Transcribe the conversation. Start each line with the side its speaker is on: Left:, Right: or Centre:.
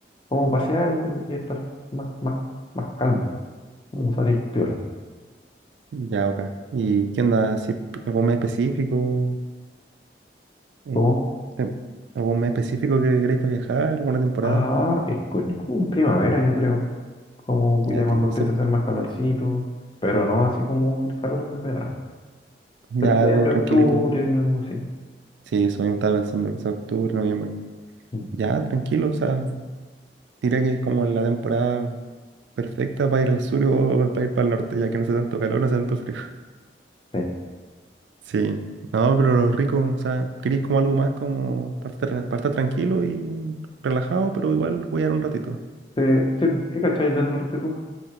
Left: Como pasear y, y estar más, más, más calmo, como salir piola.
Right: Ya, ok. ¿Y qué onda? ¿Si pr- algún mes específico? Eh,
Left: Como,
Right: tem- ¿algún mes específico que queréis para viajar? ¿Alguna temporada?
Left: ah, es co- es como en primavera, yo creo, como
Right: Ya,
Left: ya
Right: tío,
Left: cuando empieza
Right: se-
Left: a hacer más calorcito, pero no así como el calor del verano.
Right: ya
Left: Septiembre,
Right: algo tranquilito.
Left: octubre, algo así.
Right: Sí, eso mismo estaba pensando, quizás octubre, noviembre.
Left: Mm.
Right: Ya, tranquilo, o sea, diría que es como la temporada perfecta para ir al sur o para ir para el norte, ya que no hace tanto calor, no hace tanto frío.
Left: Sí,
Right: Sí, no, pero rico, o sea, queréis como algo más como para estar, para estar tranquilo y relajado, pero igual voy a dar un ratito.
Left: Sí, sí, pues, ¿qué cacháis del norte tú?